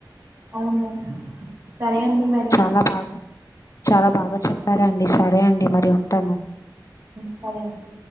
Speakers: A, on the right; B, on the left.
A: అవును సరే అండి మరి
B: చాలా బాగా చాలా బాగా చెప్పారాండి. సరే అండి మరి ఉంటాను.
A: సరే అండి